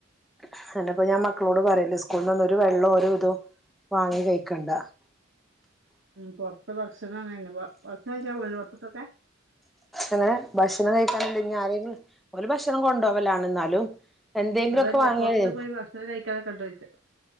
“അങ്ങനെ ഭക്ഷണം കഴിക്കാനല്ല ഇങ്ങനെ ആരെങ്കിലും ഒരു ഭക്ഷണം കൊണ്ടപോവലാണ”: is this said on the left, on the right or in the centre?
Centre